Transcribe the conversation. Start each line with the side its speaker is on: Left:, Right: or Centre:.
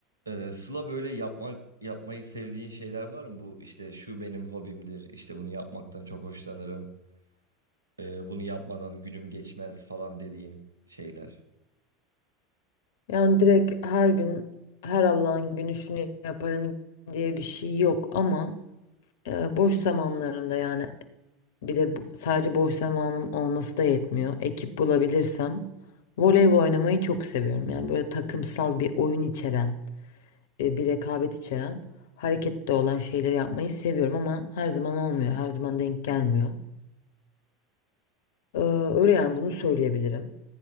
Right: Ee, Sıla böyle yapmak yapmayı sevdiğin şeyler var mı? Bu işte şu benim hobimdir, işte bunu yapmaktan çok hoşlanırım, ee, bunu yapmadan günüm geçmez falan dediğin şeyler.
Left: Yani direkt her gün her Allah'ın günü şunu yaparım diye bir şey yok ama e, boş zamanlarımda yani bir de bu- sadece boş zamanım olması da yetmiyor. Ekip bulabilirsem voleybol oynamayı çok seviyorum. Yani böyle takımsal bir oyun içeren, e, bir rekabet içeren, harekette olan şeyleri yapmayı seviyorum ama her zaman olmuyor, her zaman denk gelmiyor. Ee, öyle yani bunu söyleyebilirim.